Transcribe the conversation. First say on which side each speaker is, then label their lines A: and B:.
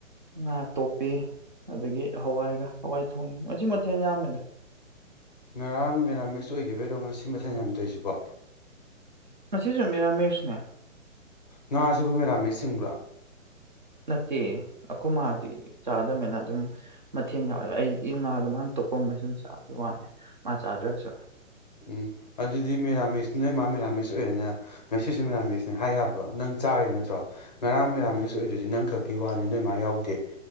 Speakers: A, on the right; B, on the left.
A: ꯉꯥ ꯇꯣꯛꯞꯄꯤ ꯑꯗꯒꯤ ꯍꯋꯥꯏꯒ ꯍꯋꯥꯏ ꯊꯣꯡꯉꯦ ꯃꯁꯤ ꯃꯊꯦꯜ ꯌꯥꯝꯃꯦꯗ
B: ꯉꯔꯥꯡ ꯃꯦꯔꯥꯃꯦꯁ ꯑꯣꯏꯈꯤꯕꯩꯔꯣ ꯉꯁꯤ ꯃꯊꯦꯜ ꯌꯥꯝ ꯇꯧꯔꯤꯁꯤꯕꯣ
A: ꯉꯁꯤꯁꯨ ꯃꯤꯔꯥꯃꯦꯁꯅꯦ
B: ꯉꯥ ꯁꯤꯕꯨ ꯃꯦꯔꯥꯃꯦꯁ ꯆꯤꯡꯕ꯭ꯔꯥ
A: ꯅꯠꯇꯦ ꯑꯩꯈꯣꯏ ꯃꯥꯗꯤ ꯆꯥꯗꯝꯅꯤꯅ ꯑꯗꯨꯝ ꯃꯊꯦꯟ ꯌꯥꯎꯋꯦ ꯑꯩ ꯏ ꯉꯥꯗꯣ ꯃꯥꯅ ꯇꯣꯞꯄꯝꯕ ꯆꯥꯕꯒꯤ ꯋꯥꯅꯦ ꯃꯥ ꯆꯥꯗ꯭ꯔꯁꯨ
B: ꯎꯝ ꯑꯗꯨꯗꯤ ꯃꯦꯔꯥꯃꯦꯁ ꯅꯣꯏ ꯏꯃꯥ ꯃꯦꯔꯥꯃꯤꯁ ꯑꯣꯏꯔꯦꯅꯦ ꯉꯁꯤꯁꯨ ꯃꯦꯔꯥꯃꯦꯁꯅꯦ ꯍꯥꯏ ꯌꯥꯕ꯭ꯔꯣ ꯅꯪ ꯆꯥꯔꯤ ꯅꯠꯇ꯭ꯔꯣ ꯉꯔꯥꯡ ꯃꯦꯔꯥꯃꯤꯛꯁ ꯑꯣꯏꯗꯨꯗꯤ ꯅꯪ ꯈ- unintelligible ꯋꯥꯅꯤ ꯅꯣꯏ ꯏꯃꯥ ꯌꯥꯎꯗꯦ